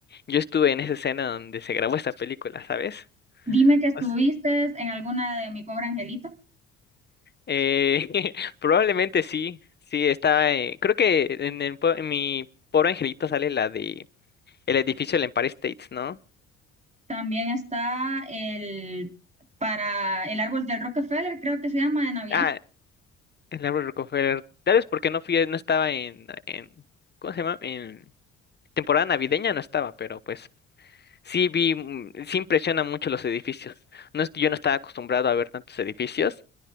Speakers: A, on the left; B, on the right.
A: yo estuve en esa escena donde se grabó esta película, ¿sabes?
B: Dime que estuviste
A: Pues,
B: en alguna de Mi Pobre Angelito.
A: eh, <laughs> probablemente sí, sí, está, eh, creo que en, el pue- en mi pobre angelito sale la de el edificio del Empire States, ¿no?
B: También está el para el árbol del Rockefeller, creo que se llama de Navidad.
A: Ah, El Álvaro Rockefeller. Tal vez porque no fui, no estaba en, en, ¿cómo se llama? En temporada navideña no estaba, pero pues sí vi, mm, sí impresiona mucho los edificios. No, es- yo no estaba acostumbrado a ver tantos edificios.